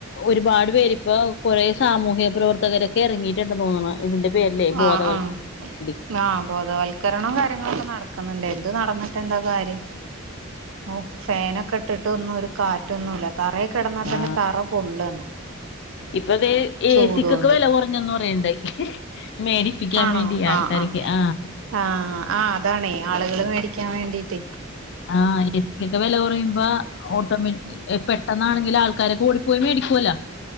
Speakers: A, on the left; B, on the right.
A: ഒരുപാട് പേരിപ്പൊ കൊറേ സാമൂഹ്യ പ്രവർത്തകരൊക്കെ എറങ്ങിയിട്ടണ്ടന്ന് തോന്നണ് ഇതിന്റെ പേരിലേ ബോധവൽക്കരണത്തിനു
B: ആഹ് ആഹ്
A: വേണ്ടി
B: ആഹ് ബോധവൽക്കരണോം കാര്യങ്ങളൊക്കെ നടക്ക്ന്നെണ്ട് എന്ത് നടന്നിട്ടെന്താ കാര്യം ഓഹ് ഫാനൊക്കെ ഇട്ടിട്ട് ഒന്നും ഒരു കാ റ്റൊന്നു ഇല്ല തറേ കിടന്നാ തന്നെ
A: ആ
B: തറ പൊള്ളാണ്
A: ഇപ്പൊ ദേ ഏ
B: ചൂടോണ്ട്
A: സിക്കൊക്കെ വെല കുറഞ്ഞന്ന് പറയണെണ്ടായ് മേടി പ്പിക്കാൻ
B: ആണോ
A: വേണ്ടി ആൾക്കാർക്ക്
B: ആഹ്
A: ആഹ്
B: ആഹ് ആഹ് അതാണേ ആളുകള് മേടിക്കാൻ വേണ്ടീട്ടേ
A: ആഹ് ഏ സി ക്കൊക്കെ വെല കൊറയുമ്പ ഓട്ടോമാറ്റിക് എഹ് പെട്ട ന്നാണെങ്കില് ആൾക്കാരെക്ക ഓടിപ്പോയി മേടിക്കുവല്ല